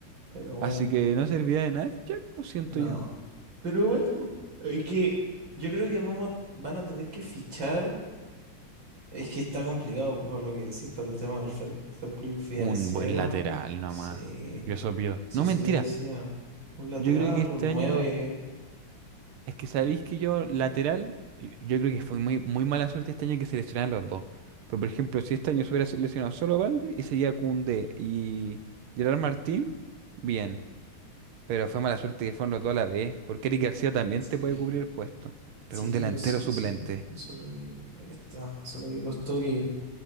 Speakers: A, on the right; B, on the right.
A: pero bueno,
B: Así que no serviría de nada fichar, lo siento
A: no.
B: yo.
A: Pero bueno, es que yo creo que vamos, a- van a tener que fichar. Es que está complicado por lo que decís, por el tema del fair, fair play financiero.
B: Un buen lateral nomás,
A: Sí,
B: yo eso pido.
A: sí,
B: No,
A: eso
B: mentira,
A: yo decía. Un lateral,
B: yo creo que este
A: un nueve
B: año. Es que sabéis que yo, lateral, yo yo creo que fue muy, muy mala suerte este año que se lesionaron los dos. Pero, por ejemplo, si este año se hubiera lesionado solo Valde y seguía Koundé y Gerard Martín, bien. Pero fue mala suerte que fueron los dos a la vez, porque Eric García también
A: Sí.
B: te puede cubrir el puesto.
A: Sí,
B: Pero un delantero
A: pues sí,
B: suplente.
A: eso, eso es lo que cuesta, eso es lo que costó que